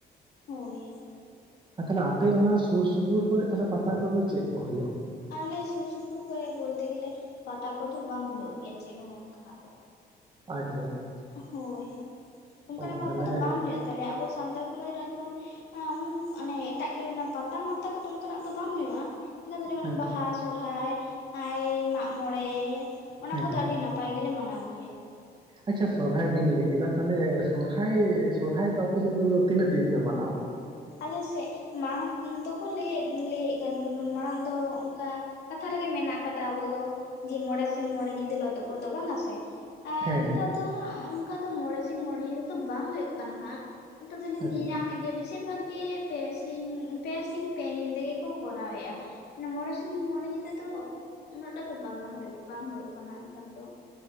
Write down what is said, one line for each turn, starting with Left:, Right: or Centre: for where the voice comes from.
Left: ᱦᱳᱭ
Right: ᱟᱨ ᱛᱟᱦᱞᱮ ᱟᱯᱮ ᱚᱱᱟ ᱥᱳᱨ ᱥᱩᱯᱩᱨ ᱠᱚᱨᱮ ᱛᱟᱦᱞᱮ ᱯᱟᱛᱟ ᱠᱚᱫᱚ ᱪᱮᱫ ᱠᱚ ᱦᱳᱭᱳᱜᱼᱟ?
Left: ᱟᱞᱮ ᱥᱩᱨ ᱥᱩᱯᱩᱨ ᱠᱚᱨᱮ ᱵᱚᱞᱛᱮ ᱜᱮᱞᱮ, ᱯᱟᱛᱟ ᱠᱚᱫᱚ ᱵᱟᱝ ᱦᱳᱭᱳᱜ ᱜᱮᱭᱟ ᱪᱮᱫ ᱦᱚᱸ ᱚᱱᱠᱟᱱᱟᱜ ᱫᱚ᱾
Right: ᱟᱪᱪᱷᱟ, ᱟᱪᱪᱷᱟ, ᱟᱪᱪᱷᱟ᱾
Left: ᱦᱳᱭ, ᱚᱱᱠᱟᱱᱟᱜ
Right: ᱚ
Left: ᱯᱟᱛᱟ
Right: ᱛᱟᱦᱚᱞᱮ
Left: ᱫᱚ ᱵᱟᱝ ᱦᱳᱭᱳᱜ ᱛᱟᱞᱮᱭᱟ ᱟᱵᱚ ᱥᱟᱱᱛᱟᱲ ᱥᱚᱢᱟᱡᱽ ᱨᱮᱱᱟᱜ ᱡᱮᱢᱚᱱᱼᱼ ᱢᱟᱱᱮ <unintelligible> ᱚᱱᱮ ᱮᱴᱟᱜ ᱠᱚ ᱯᱟᱛᱟ ᱢᱟᱛᱟ ᱠᱚᱫᱚ ᱚᱱᱠᱟᱱᱟᱜ ᱫᱚ ᱵᱟᱝ ᱦᱳᱭᱳᱜᱼᱟ᱾ ᱱᱮᱛᱟᱨ ᱫᱚ ᱡᱮᱢᱚᱱ
Right: ᱦᱮᱸ
Left: ᱵᱟᱦᱟ, ᱥᱚᱨᱦᱟᱭ ᱟᱭ ᱢᱟᱜ ᱢᱚᱬᱮ ᱚᱱᱟ
Right: ᱦᱮᱸ
Left: ᱠᱚᱫᱚ ᱟᱹᱰᱤ
Right: ᱦᱮᱸ
Left: ᱱᱟᱯᱟᱭᱼᱼ ᱱᱟᱯᱟᱭ ᱜᱮᱞᱮ ᱢᱟᱱᱟᱣ ᱜᱮᱭᱟ᱾
Right: ᱟᱪᱪᱷᱟ ᱥᱚᱨᱦᱟᱭ ᱵᱤᱱ ᱞᱟᱹᱭ ᱠᱮᱫᱟ᱾ ᱛᱟᱦᱞᱮ ᱥᱚᱨᱦᱟᱭ, ᱥᱚᱨᱦᱟᱭ ᱫᱚ ᱟᱯᱮ ᱥᱮᱫ ᱫᱚ ᱛᱤᱱᱟᱹᱜ ᱫᱤᱱ ᱯᱮ ᱢᱟᱱᱟᱣᱟ?
Left: ᱟᱞᱮ ᱥᱮᱫ, ᱢᱟᱲᱟᱝ ᱫᱚᱠᱚ ᱞᱟᱹᱭ, ᱞᱟᱹᱭᱮᱫ ᱠᱟᱱ ᱡᱮᱢᱚᱱ ᱢᱟᱲᱟᱝ ᱫᱚ ᱚᱱᱠᱟᱼᱼ ᱠᱟᱛᱷᱟ ᱨᱮᱜᱮ ᱢᱮᱱᱟᱜ ᱠᱟᱫᱟ ᱟᱵᱚ ᱫᱚ, ᱡᱮ ᱢᱚᱬᱮ ᱥᱤᱧ ᱢᱚᱬᱮ ᱧᱤᱫᱟᱹ ᱞᱚᱫᱚᱵ ᱞᱚᱫᱚᱵ ᱵᱟᱝ-ᱟ ᱥᱮ᱾ ᱮᱸ
Right: ᱦᱮᱸ
Left: ᱱᱮᱛᱟᱨ ᱫᱚ ᱦᱟᱜ ᱚᱱᱠᱟ ᱫᱚ ᱢᱚᱬᱮ ᱥᱤᱧ ᱢᱚᱬᱮ ᱧᱤᱫᱟᱹ ᱫᱚ ᱵᱟᱝ ᱦᱳᱭᱳᱜ ᱠᱟᱱᱟ ᱦᱟᱸᱜ᱾ ᱱᱤᱛᱳᱜ ᱫᱚᱞᱤᱧ
Right: ᱟᱪᱪᱷᱟ
Left: ᱧᱮᱧᱟᱢᱮᱫ ᱜᱮᱭᱟ ᱵᱮᱥᱤᱨ ᱵᱷᱟᱜᱽᱼᱼ ᱜᱮ ᱯᱮ ᱥᱤᱧ, ᱯᱮ ᱥᱤᱧ ᱯᱮ ᱧᱤᱫᱟᱹ ᱜᱮᱠᱚ ᱠᱚᱨᱟᱣᱮᱜ-ᱟ᱾ ᱢᱚᱬᱮ ᱥᱤᱧ ᱢᱚᱬᱮ ᱧᱤᱫᱟᱹ ᱫᱚ, ᱩᱱᱟᱹᱜᱴᱟ ᱫᱚ ᱵᱟᱝᱟ, ᱵᱟᱝ ᱦᱳᱭᱳᱜ ᱠᱟᱱᱟ ᱱᱮᱛᱟᱨ ᱫᱚ᱾